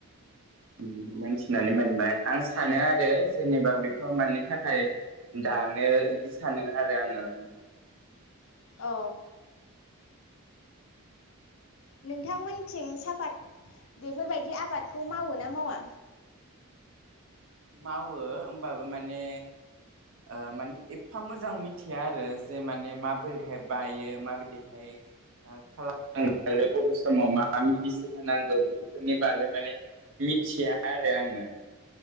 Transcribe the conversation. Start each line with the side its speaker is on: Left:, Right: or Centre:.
Right: ओम मोनथिनानै मोनबाय आं सा सानो आरो जेनेबा बेखौ मानि थाखाय दानो इदि सानो आरो आङो।
Left: औ। नोंथांमोनथिं साफात बेफोरबायदि आबादखौ मावो ना मावा?
Right: मावो होमबाबो माने ओ माने एफा मोजां मिथिया आरो जे माने माबोरैहाय बायो माबायदिहाय खालाम <unintelligible> बबे समाव मा मेडिसिन होनांगौ बेफोरनि बागै माने मिथिया आरो आङो।